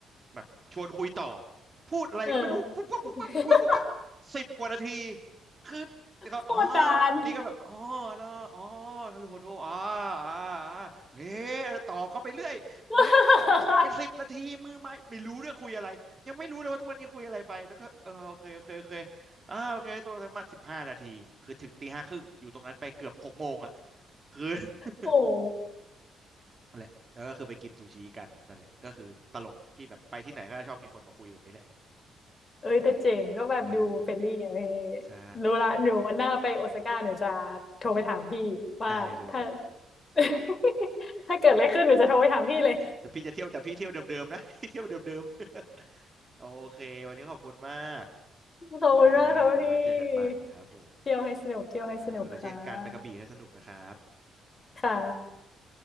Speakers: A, on the right; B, on the left.
A: แบบชวนคุยต่อพูดอะไรก็ไม่รู้ปุ๊บปั๊บปุ๊บปั๊บปุ๊บปั๊บปุ๊บปั๊บสิบกว่านาที
B: เออ <laughs>
A: คือเขาอ๋อ
B: โคตรนาน
A: นี่ก็แบบอ๋อเนาะอ๋อทารุโฮโดอ่าอ่าอ่าเฮ้ตอบเข้าไปเรื่อย
B: <laughs>
A: หมุนเป็นสิบนาทีมือไม้ไม่รู้ด้วยคุยอะไรยังไม่รู้เลยว่าทุกวันนี้คุยอะไรไปแล้วก็เออโอเคโอเคโอเคอ่าโอเคตัวสมัครสิบห้านาทีคือถึงตีห้าครึ่งอยู่ตรงนั้นไปเกือบหกโมงอ่ะคือ <laughs>
B: โอ้โห
A: นั่นแหละแล้วก็คือไปกินซูชิกันนั่นแหละก็คือตลกที่แบบไปที่ไหนก็ชอบมีคนมาคุยแบบนี้แหละ
B: เอ้ยแต่เจ๋งก็แบบดูเฟรนลี่ไงพี่
A: เออใช่
B: รู้ละหนูวันหน้าไปโอซาก้าหนูจะโทรไปถามพี่ว่าถ้า
A: ได้เลย
B: <laughs> ถ้าเกิดอะไรขึ้นหนูจะโทรไปถามพี่เลย
A: แต่พี่จะเที่ยวแต่พี่เที่ยวเดิมๆนะ <laughs> พี่เที่ยวเดิมๆ <laughs> โอเควันนี้ขอบคุณมาก
B: <laughs> ขอบคุณมากครับพี่
A: จ้าขอไว้เจอกันใหม่ครับผม
B: เที่ยวให้สนุกเที่ยวให้สนุกค่ะ
A: ครับเออเช่นการไปกระบี่ให้สนุกนะครับ
B: ค่ะ
A: นะครับสวัสดีครับ